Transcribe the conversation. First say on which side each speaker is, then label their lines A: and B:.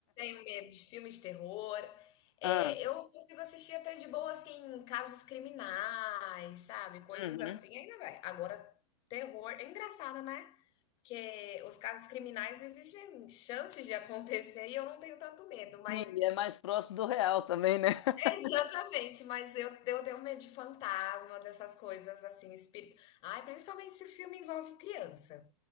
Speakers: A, on the left; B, on the left.
A: medo de filmes de terror. É,
B: Ah.
A: eu consigo assistir até de boa, assim, casos criminais, sabe? Coisas
B: uhum.
A: assim, ainda vai. Agora, terror é engraçado, né? Porque os casos criminais existem chances de acontecer e eu não tenho tanto medo, mas
B: Sim, e é mais próximo do real também, né? <laughs>
A: <laughs> exatamente, mas eu, eu tenho medo de fantasma, dessas coisas assim, espírito. Ai, principalmente se o filme envolve criança.